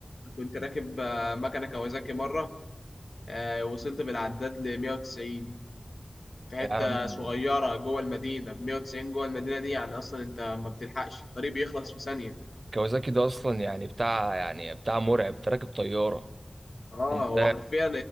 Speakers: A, on the left; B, on the right.
A: كنت راكب آه، مكنه كawasaki مره آه، وصلت بالعداد ل 190 في حته
B: يا عم
A: صغيره جوه المدينه ب 190 جوه المدينه دي يعني اصلا انت ما بتلحقش الطريق بيخلص في ثانيه
B: كوازاكي ده اصلا يعني بتاع يعني بتاع مرعب انت راكب طيارة
A: اه
B: انت
A: هو حرفيا